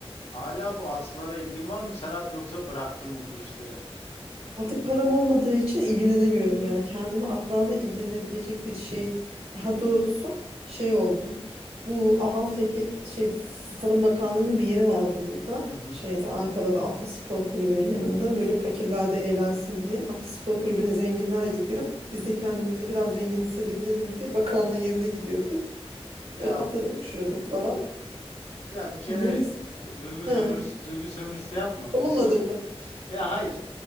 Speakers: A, on the left; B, on the right.
A: Hala bu atlara ilgin var mı Serap yoksa bıraktın mı bu işleri?
B: Artık param olmadığı için ilgilenemiyorum. Yani kendimi atlarla ilgilenebilecek bir şey daha doğrusu şey oldu. Bu Ahalteki şey Tarım Bakanlığı'nın bir yeri vardı burada.
A: Hı hı.
B: Şeyde Ankara'da Atlı Spor Kulübü'nün yanında. Böyle fakirler de eğlensin diye. Atlı Spor Kulübü'ne zenginler gidiyor. Biz de kendimizi biraz zengin hissedebilelim diye bakanlığın yerine gidiyorduk.
A: Ya
B: Öyle atları okşuyorduk falan.
A: ya bir kere
B: Neyse.
A: e, duygu sömürüsü
B: Ha,
A: duygu sömürüsü yapma.
B: olmadı
A: Duygu sömür-
B: mı?
A: Ya hayır.